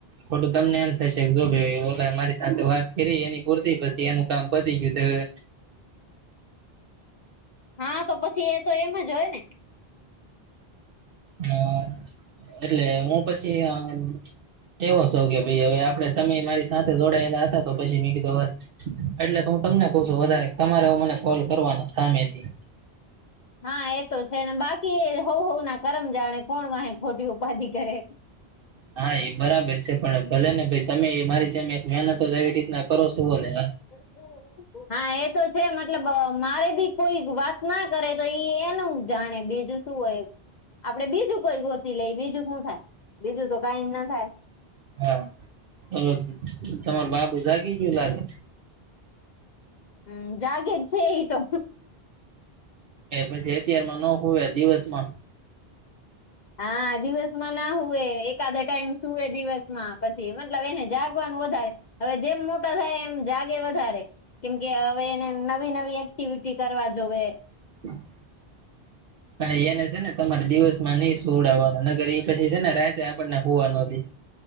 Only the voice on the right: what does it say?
ખોટું તમને એમ થઈશે કે જો ભઈ ઓલાં એ મારી સાથે વાત કરી એની પૂર્તી, પછી એનું કામ પતી ગિયું તો હવે
હા. એટલે હું પછી અમ્મ એવો સોવ કે ભઈ હવે આપડે તમેઈ મારી સાથે જોડાયેલા હતા તો પછી મે કીધું હવે એટલેત હું તમને કહુ છું વધારે કે તમારે હવે મને કોલ કરવાનો સામેથી.
હા ઈ બરાબર છે. પણ હવે ભલે ને ભઈ તમેઈ મારી જેમ એક મહેનત જ એવી રીતના કરો સો ને
હા, તમારો બાબો જાગી ગિયો લાગે?
એ પછી અત્યારમાં ન હૂવે દિવસ માં
<inaudible>
પણ એને છે ને તમારે દિવસ ના નઈ સુવળાવાનો નકર ઇ પછી છે ને રાયતે આપણને નો હુવાનો દેય.